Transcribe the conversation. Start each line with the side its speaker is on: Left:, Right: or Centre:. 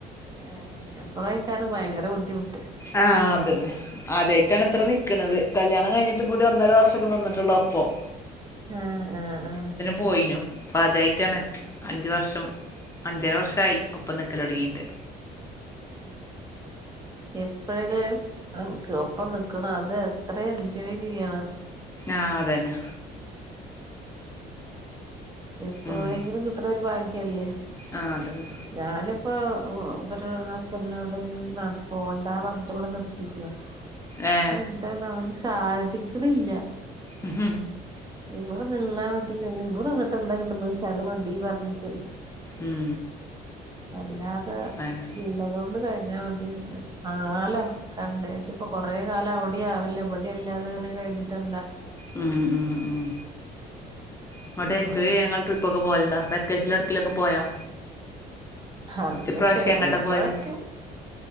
Right: ഏ അപ്പളായിക്കാരും ഭയങ്കര ബുദ്ധിമുട്ട്
Left: ആ അതന്നെ ആദ്യായിട്ടാണ്ത്ര നിക്ക്ണത് കല്യാണം കഴിഞ്ഞിട്ടും കൂടി ഒന്നര വർഷൊക്കെ നിന്നിട്ടുള്ളൂ അപ്പൊ
Right: ആ ആ ആ
Left: പോയിനു അപ്പതായിട്ടാണ് അഞ്ച് വർഷം അഞ്ചര വർഷയി ഒപ്പം നിക്കലൊടങ്ങീട്ട്
Right: ഉം എപ്പഴല്ലേ എനിക്കൊപ്പം നിക്കണം അത് എത്ര എൻജോയ് ചെയ്യണ്
Left: ആ അതന്നെ
Right: ഇപ്പെവിടെയെങ്കിലും
Left: ഉം
Right: കിട്ടണ ഒരു ബാഗ്യല്ലേ
Left: ആ അതന്നെ
Right: ഞാനിപ്പൊ ഇവര് ഹസ്ബന്റിനോടെ പോണ്ട പറഞ്ഞിട്ടിവിടെ നിർത്തിക്കാ
Left: ഏ
Right: ഇനിയെന്താണവന് സാധിക്ക്ണില്ല
Left: ഉം
Right: ഇവടെ നിന്നാ മതിന്ന് ഇവടെ നിന്നിട്ടെന്താ കിട്ട്ണെച്ചാ അത് മതീ പറഞ്ഞിട്ട്
Left: ഉം
Right: വല്ലാതെ
Left: അയെന്നെ
Right: ഉള്ളത് കൊണ്ട് കഴിഞ്ഞാ മതിന്ന് കാണാലോ കണ്ട് ഇതിപ്പൊ കൊറേ കാലം അവിടെ ആവല്ലോ ഇവിടെ അല്ലാത്ങ്ങനെ കഴിഞ്ഞിട്ടെന്താ
Left: ഉം ഉം ഉം അങ്ങട്ടെൻജോയ്
Right: ആ
Left: ചെയ്യാന്ങ്ങള് ട്രിപ്പൊക്കെ പോവല്ണ്ടാ വെക്കേഷൻല് എടക്കിലൊക്കെ പോയോ
Right: അതിന്
Left: ഇപ്രാവശ്യം
Right: ചെലപ്പൊഴൊക്കെ
Left: എങ്ങട്ടാ പോയത്